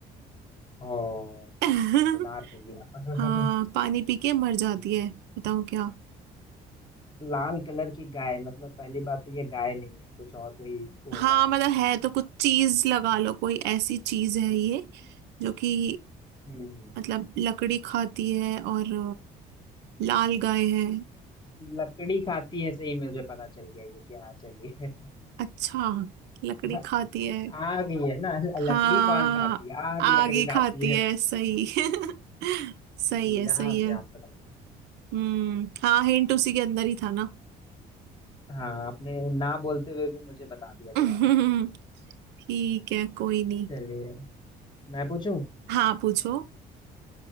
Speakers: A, on the left; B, on the right.
A: ओ
B: <laughs>
A: ये तो डार्क हो गया
B: हाँ पानी पी के मर जाती है बताओ क्या
A: <laughs> लाल कलर की गाय मतलब पहली बात तो ये गाय नहीं है कुछ और कोई बोल
B: हाँ
A: रहा है
B: मतलब है तो कुछ चीज लगा लो कोई ऐसी चीज है ये जो कि
A: हम्म
B: मतलब लकड़ी खाती है और लाल गाय है
A: लकड़ी खाती है सही में मुझे पता चल गया ये क्या है चलिए
B: अच्छा लकड़ी
A: <laughs>
B: खाती है
A: आग ही है ना
B: हाँ
A: लकड़ी कौन खाती है आग
B: आग
A: लकड़ी
B: ही खाती
A: खाती है
B: है सही <laughs> सही है
A: यहाँ
B: सही है
A: पे आप पकड़े
B: हम्म हाँ हिंट उसी के अंदर ही था ना
A: हाँ आपने ना बोलते हुए भी मुझे बता दिया जवाब
B: <laughs> ठीक है कोई नहीं
A: चलिए मैं पूछूं
B: हाँ पूछो